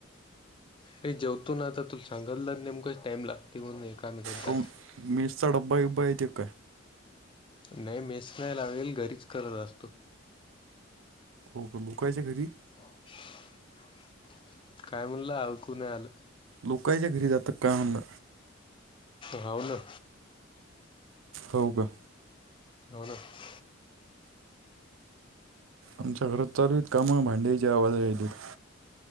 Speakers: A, on the left; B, on the right.
A: अरे जेवतो ना, आता तू सांगितलं नेमकंच टाईम, लागते म्हणून एका मिनिटा
B: काऊन मेसचा डबा बिब्बा येते काय
A: नाही मेस नाही लागेल घरीच करत असतो
B: हो लोकायच्या घरी
A: <unintelligible> काय म्हणलं ऐकू नाहीआलं
B: लोकांच्या घरी जातात का म्हलं
A: हाव ना
B: हो का
A: <unintelligible>
B: आमच्या घरात चालूयत काम भांड्यायची आवाज यायलेत.